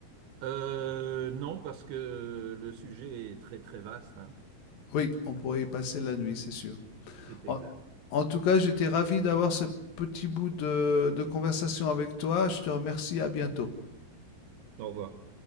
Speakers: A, on the right; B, on the left.
A: Euh, non, parce que le sujet est très, très vaste, hein.
B: Oui, on pourrait y passer la nuit, c'est sûr.
A: C'est exact.
B: En, en tout cas, j'étais ravi d'avoir ce petit bout de, de conversation avec toi. Je te remercie. À bientôt.
A: Au revoir.